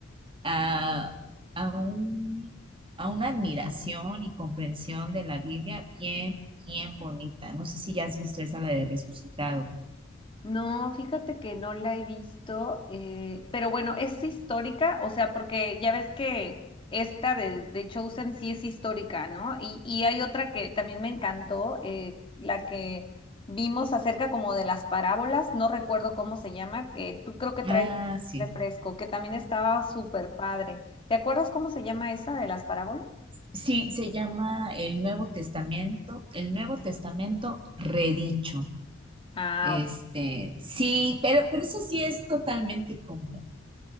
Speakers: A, on the right; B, on the left.
A: a, a un, a una admiración y comprensión de la Biblia bien, bien bonita. No sé si ya has visto esa, la de Resucitado.
B: No, fíjate que no la he visto, eh, pero bueno, es histórica, o sea, porque ya ves que esta de, de Chosen sí es histórica, ¿no? Y, y hay otra que también me encantó, eh, la que vimos acerca como de las parábolas, no recuerdo cómo se llama, que tú creo que traes
A: Ah, sí.
B: refresco, que también estaba súper padre. ¿Te acuerdas cómo se llama esa de las parábolas?
A: Sí, se llama el Nuevo Testamento, el Nuevo Testamento redicho.
B: Ah,
A: Este,
B: ok.
A: sí, pero, pero eso sí es totalmente como,